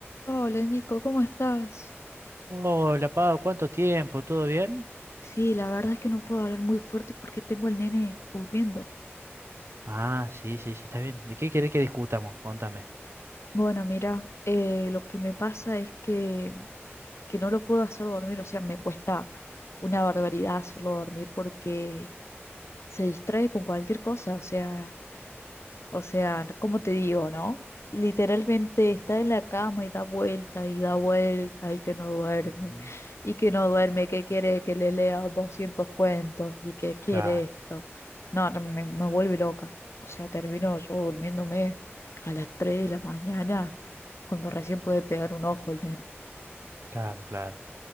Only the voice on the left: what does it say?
Hola Nico, ¿cómo estás?
Sí, la verdad es que no puedo hablar muy fuerte porque tengo al nene durmiendo.
Bueno, mira, eh, lo que me pasa es que, que no lo puedo hacer dormir, o sea, me cuesta una barbaridad hacerlo dormir porque se distrae con cualquier cosa, o sea, O sea, no, como te digo, ¿no? Literalmente está en la cama y da vuelta y da vuelta y que no duerme
y que no duerme, que quiere que le lea 200 cuentos y que quiere
esto. No, no, me, me vuelve loca. O sea, termino yo durmiéndome a las tres de la mañana cuando recién puede pegar un ojo el nene.